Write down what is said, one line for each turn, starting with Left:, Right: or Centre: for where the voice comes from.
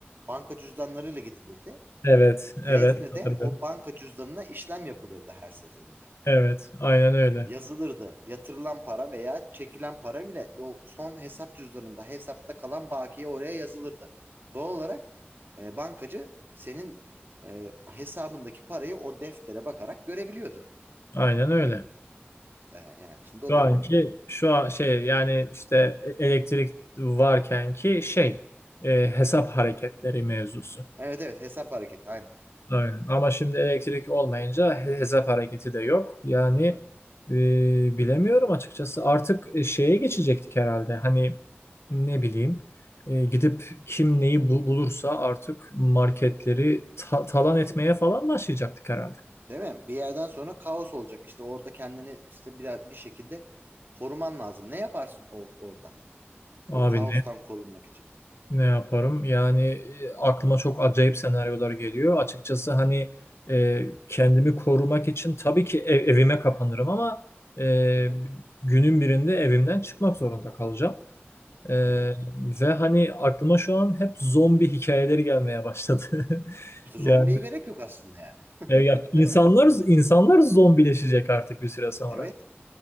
Right: Banka cüzdanlarıyla gidilirdi.
Left: evet,
Right: Vezne'de
Left: evet hatırlıyorum.
Right: o banka cüzdanına işlem yapılırdı her seferinde.
Left: Evet, aynen öyle.
Right: yazılırdı. Yatırılan para veya çekilen para bile o son hesap cüzdanında hesapta kalan bakiye oraya yazılırdı. Doğal olarak e, bankacı senin e, hesabındaki parayı o deftere bakarak görebiliyordu.
Left: Aynen öyle.
Right: E, yani şimdi o
Left: Şu
Right: da
Left: anki
Right: yok.
Left: şu an şey yani işte e, elektrik varken ki şey e, hesap hareketleri mevzusu.
Right: Evet evet hesap hareketi aynen.
Left: Aynen. Ama şimdi elektrik olmayınca he- hesap hareketi de yok. Yani
Right: Hı hı.
Left: e, bilemiyorum açıkçası. Artık e, şeye geçecektik herhalde. Hani ne bileyim e, gidip kim neyi bu- bulursa artık marketleri ta- talan etmeye falan başlayacaktık herhalde.
Right: Değil mi? Bir yerden sonra kaos olacak. İşte orada kendini işte biraz bir şekilde koruman lazım. Ne yaparsın o, orada?
Left: Abi
Right: O kaostan korunmak için.
Left: Ne yaparım? Yani e, aklıma çok acayip senaryolar geliyor. Açıkçası hani e, kendimi korumak için tabii ki ev- evime kapanırım ama e,
Right: Hı hı.
Left: günün birinde evimden çıkmak zorunda kalacağım. E,
Right: Evet.
Left: ve hani aklıma şu an hep zombi hikayeleri gelmeye başladı. <laughs>
Right: İşte zombiye
Left: Yani
Right: gerek yok aslında yani.
Left: e, ya
Right: <laughs>
Left: insanlar
Right: Değil mi?
Left: insanlar zombileşecek artık bir süre sonra.
Right: Evet.